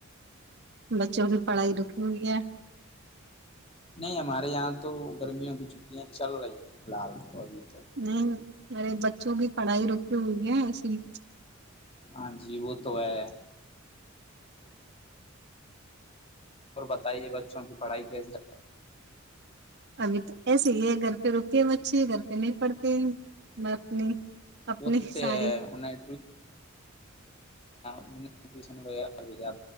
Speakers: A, on the right (about 55°); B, on the left (about 30°).
A: بچوں کی پڑھائی رکھی ہوئی ہے
B: نہیں ہمارے یہاں تو گرمیوں کی چھٹیاں چل رہی ہیں فی الحال تو ابھی تو
A: نہیں میرے بچوں کی پڑھائی رکی ہوئی ہے سلی
B: ہاں جی وہ تو ہے اور بتائیے بچوں کی پڑھائی کیسی
A: ابھی تو ایسے ہی گھر پہ رکیے اچھی کرتے نہیں پڑھتے میں اپنی
B: رہی؟
A: اپنی
B: ہوتے
A: ساری
B: ہے انہیں انہ ٹیوشن وغیرہ بھیجا